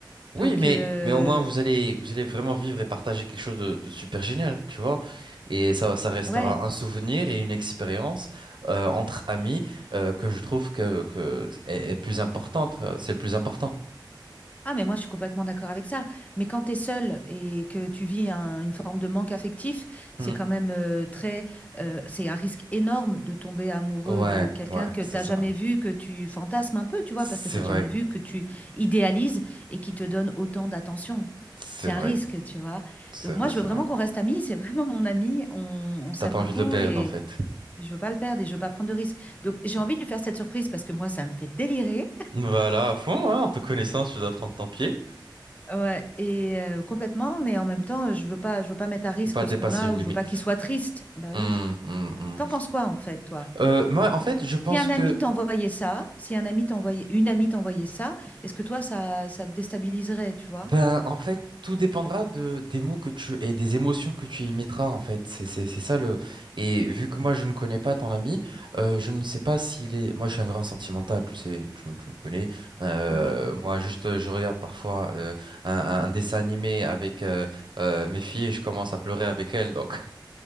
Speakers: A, on the right; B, on the left.
A: Oui,
B: Donc,
A: mais,
B: euh,
A: mais au moins vous allez, vous allez vraiment vivre et partager quelque chose de, de super génial, tu vois. Et ça, ça restera
B: ouais.
A: un souvenir et une expérience euh, entre amis euh, que je trouve que, que est, est plus importante. euh, C'est le plus important.
B: Ah, mais moi, je suis complètement d'accord avec ça. Mais quand tu es seul et que tu vis un- une forme de manque affectif,
A: Hmm.
B: c'est quand même euh, très. euh, c'est un risque énorme de tomber amoureux
A: Ouais,
B: de quelqu'un
A: ouais,
B: que
A: c'est
B: tu
A: ça.
B: jamais vu, que tu fantasmes un peu, tu vois,
A: C'est
B: parce que tu
A: vrai,
B: jamais vu, que tu idéalises et qui te donne autant d'attention.
A: c'est
B: C'est
A: vrai,
B: un risque, tu vois.
A: c'est
B: Donc, moi,
A: vrai,
B: je
A: c'est
B: veux vraiment
A: vrai.
B: qu'on reste amis. C'est vraiment mon ami. On, on s'aime
A: T'as pas
B: beaucoup
A: envie de le perdre
B: et
A: en fait.
B: je veux pas le perdre et je veux pas prendre de risques. Donc, j'ai
A: Hmm.
B: envie de lui faire cette surprise parce que moi, ça me fait délirer.
A: Voilà, à fond, hein, en te connaissant, si tu dois prendre ton pied.
B: Ouais, et euh, complètement, mais en même temps, je veux pas, je veux pas mettre à risque
A: Tu peux pas dépasser
B: ce qu'on a
A: une
B: ou
A: limite.
B: je veux pas qu'il soit triste. Bah
A: Hmm,
B: oui.
A: hmm, hmm.
B: T'en penses quoi en fait, toi?
A: Euh, moi, en fait, je pense
B: Si un
A: que
B: ami t'envoyait ça, si un ami t'envoyait, une amie t'envoyait ça, est-ce que toi, ça, ça te déstabiliserait, tu vois?
A: Ben, en fait, tout dépendra de, des mots que tu et des émotions que tu y mettras, en fait. C'est, c'est, c'est ça le. Et vu que moi, je ne connais pas ton ami, euh, je ne sais pas s'il est. Moi, je suis un grand sentimental, tu sais, tu, me tu me connais. Euh,
B: Oui,
A: moi, juste, euh, je regarde parfois euh, un, un- un dessin animé avec euh, euh, mes filles et je commence à pleurer avec elles, donc,